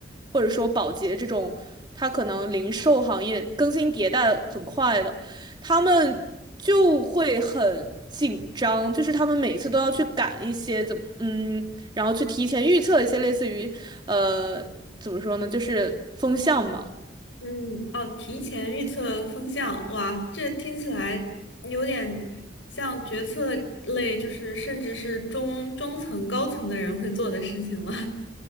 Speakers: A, on the right; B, on the left.
A: 或者说宝洁这种，他可能零售行业更新迭代很快的，他们。就会很紧张，就是他们每一次都要去赶一些怎么，嗯，然后去提前预测一些类似于，呃，怎么说呢，就是风向嘛。
B: 嗯，哦，提前预测风向，哇，这听起来有点像决策类，就是甚至是中中层、高层的人会做的事情了。